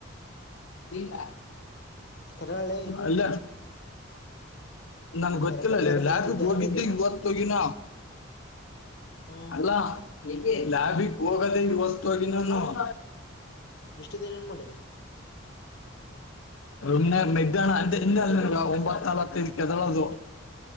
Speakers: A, on the left; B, on the left.
A: ಇಲ್ಲ
B: ಕರಾಳೆ
A: ಅಲ್ಲ ನನ್ ಗೊತ್ತಿಲ್ಲಲ್ಲಿ
B: ರೆಕಾರ್ಡ್ ಬರೇನ
A: ಲ್ಯಾಬ್
B: ಅಂತಿದ್ದೆ
A: ಹೋಗಿದ್ದೆ
B: ಹಂಗಾಗಿ
A: ಇವತ್ತೋಗಿನ.
B: ಹ್ಮ್
A: ಅಲ್ಲ ಲಾಬಿಗೆ ಹೋಗದೇ ಈ ಹೊಸ್ತೋಗಿ ನಾನು. <inaudible>
B: ಇಷ್ಟು ದಿನ ಏನ್ ಮಾಡಿದೆ
A: ನ್ನೆ ಮಗಾನ ಅಲ್ಲ ಒಂಬತ್ತಲ್ತ. ಳದು